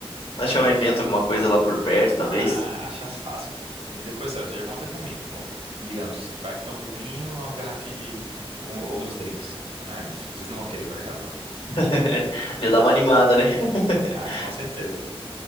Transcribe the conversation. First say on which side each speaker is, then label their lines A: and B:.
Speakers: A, on the left; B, on the right.
A: achar um evento, alguma coisa lá por perto, talvez.
B: Ah, acha fácil, pô. E depois, ó, já vão ter comido. Vão, digamos, vai que tome o vinho, umas garrafinhas de. Ou, ou uns drinks. É, meu filho, vocês não vão querer ir pra casa, não.
A: <laughs> Já dá uma animada, né? <laughs>
B: Ah, com certeza.